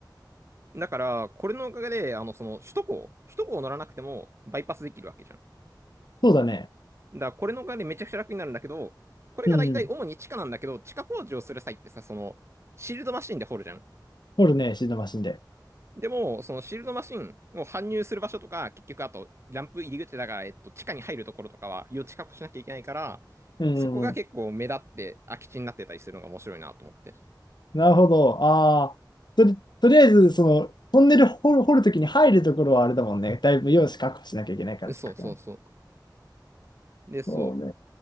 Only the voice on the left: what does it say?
そうだね。
うん。
掘るね、シートマシンで。
うんうんうん。
なるほど。ああ、とり、とりあえず、その、トンネル掘る、掘るときに入るところはあれだもんね。だいぶ用紙確保しなきゃいけないからってことね。
そうね。